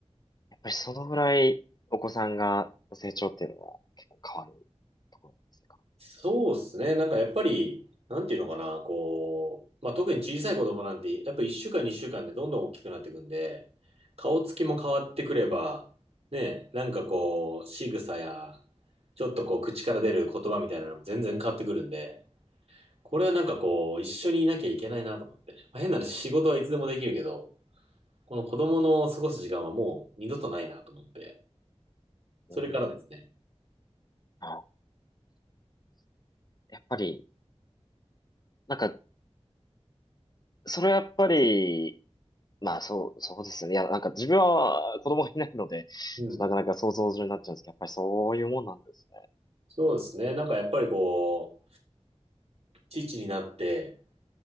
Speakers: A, on the left; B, on the right.
A: やっぱりそのぐらいお子さんが成長っていうのは結構変わるところなんですか
B: そうですね。なんかやっぱり、なんていうのかな、こう、まあ、特に小さい子供なんて、やっぱ1週間、2週間でどんどん大きくなっていくんで、顔つきも変わってくれば、ね、なんかこう、仕草や、ちょっとこう、口から出る言葉みたいなのも全然変わってくるんで、これはなんかこう、一緒にいなきゃいけないなと思って。まあ、変な話、仕事はいつでもできるけど、この子供の過ごす時間はもう二度とないなと思って、それからですね。
A: うんあやっぱり、なんか、それはやっぱり、まあ、そう、そうですよね。いや、なんか自分は子供がいないので、
B: うん
A: なかなか想像上になっちゃうんですけど、やっぱりそういうもんなんです
B: そうですね。なんかやっぱりこう、父になって